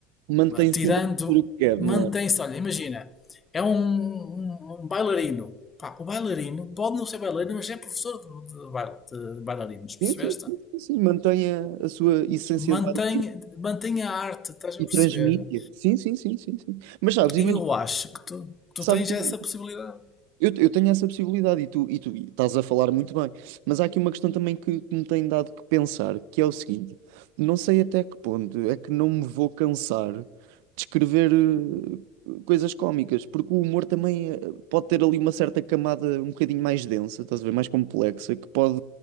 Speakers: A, on the right; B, on the left.
A: e mantém
B: tirando,
A: sempre a fazer o que quer,
B: mantém-se.
A: não é?
B: Olha, imagina, é um, um- um bailarino. Pá, o bailarino pode não ser bailarino, mas é professor de, de bail- de bailarinos, percebeste?
A: Sim, sim, sim, sim, sim, mantém a, a sua essência
B: Mantém,
A: de base.
B: mantém a arte, estás a
A: E
B: perceber?
A: transmite. Sim, sim, sim, sim, sim. Mas sabes, imagina,
B: E eu acho que tu, tu
A: sabes,
B: tens
A: como-
B: essa possibilidade.
A: eu, eu tenho essa possibilidade e tu, e tu estás a falar muito bem. Mas há aqui uma questão também que, que me tem dado que pensar, que é o seguinte: não sei até que ponto é que não me vou cansar de escrever eh, coisas cómicas, porque o humor também eh, pode ter ali uma certa camada um bocadinho mais densa, estás a ver, mais complexa, que pode